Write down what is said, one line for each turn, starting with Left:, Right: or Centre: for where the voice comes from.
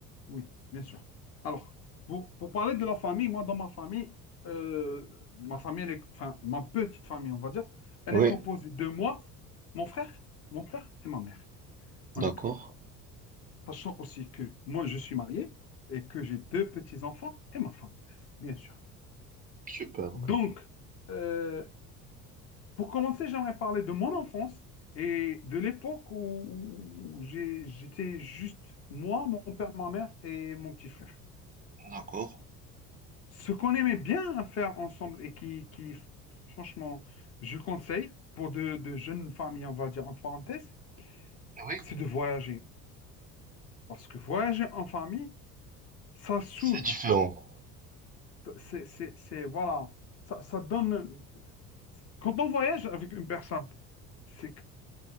Left: oui, bien sûr. Alors, pour, pour parler de la famille, moi, dans ma famille, euh, ma famille, elle est- enfin, ma petite famille, on va dire, elle
Right: Oui,
Left: est composée de moi, mon frère, mon père et ma mère. On
Right: d'accord.
Left: est quatre. Sachant aussi que moi, je suis marié et que j'ai deux petits-enfants et ma femme, bien sûr.
Right: Super,
Left: Donc,
Right: ok.
Left: euh, Pour commencer, j'aimerais parler de mon enfance et de l'époque où, où j'ai- j'étais juste moi, mon père, ma mère et mon petit frère.
Right: D'accord.
Left: Ce qu'on aimait bien faire ensemble et qui, qui, franchement, je conseille pour de, de jeunes familles, on va dire en parenthèse,
Right: Oui,
Left: c'est de voyager. Parce que voyager en famille, ça soude.
Right: c'est différent.
Left: C'est, c'est, c'est- voilà, ça, ça donne... Quand on voyage avec une personne, c'est